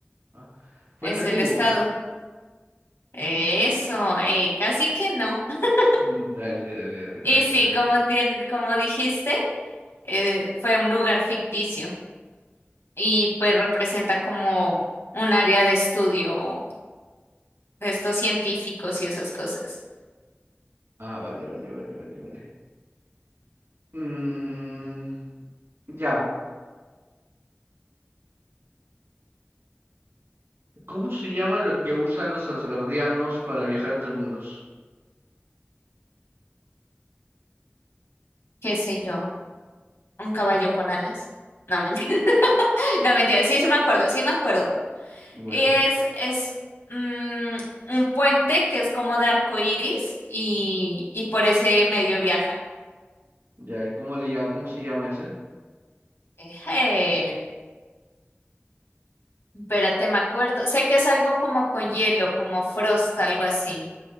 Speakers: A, on the right (about 85°); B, on the left (about 80°).
A: Ah, Puente
B: es
A: Antiguo.
B: el estado. Eso, eh, casi que no. <laughs>
A: Mm, Dale, dale, dale, está
B: Y
A: bien,
B: sí,
A: está bien.
B: como tien- como dijiste, eh, fue un lugar ficticio y pues representa como un área de estudio de estos científicos y esas cosas.
A: Ah, vale, vale, vale, vale, vale. Mm, ya, ¿cómo se llama lo que usan los asgardianos para viajar entre mundos?
B: ¿Qué sé yo? Un caballo con alas. No, mentira. <laughs> No, mentira. Sí, sí me acuerdo, sí me acuerdo.
A: Vale,
B: Y es, es mm, un puente que es como de arco iris y, y por ese medio viajan.
A: ya, ¿y cómo le llama, cómo se llama ese?
B: Eh, espérate, me acuerdo. Sé que es algo como con hielo, como frost, algo así.